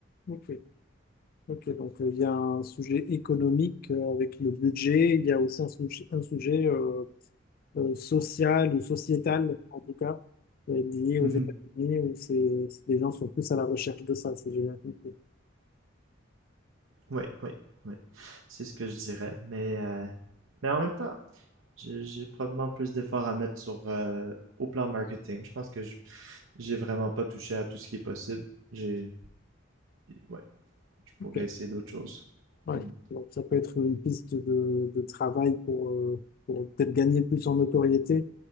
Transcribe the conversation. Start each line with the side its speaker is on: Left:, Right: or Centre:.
Left: Ok, ok. Donc euh, il y a un sujet économique euh, avec le budget. Il y a aussi un sujet, un sujet euh, euh, sociale ou sociétale, en tout cas, euh, liée aux
Right: Mhm.
Left: États-Unis, où c'est, c'est- les gens sont plus à la recherche de ça, si j'ai bien compris.
Right: Ouais, ouais, ouais. C'est ce que je dirais. Mais, euh, mais en même temps, j'ai j'ai probablement plus d'efforts à mettre sur euh, au plan marketing. Je pense que je- j'ai vraiment pas touché à tout ce qui est possible. J'ai. Ouais. je pourrais
Left: Ok.
Right: essayer d'autres choses.
Left: Ouais.
Right: Hmm.
Left: Donc, ça peut être une piste de, de travail pour, euh, pour peut-être gagner plus en notoriété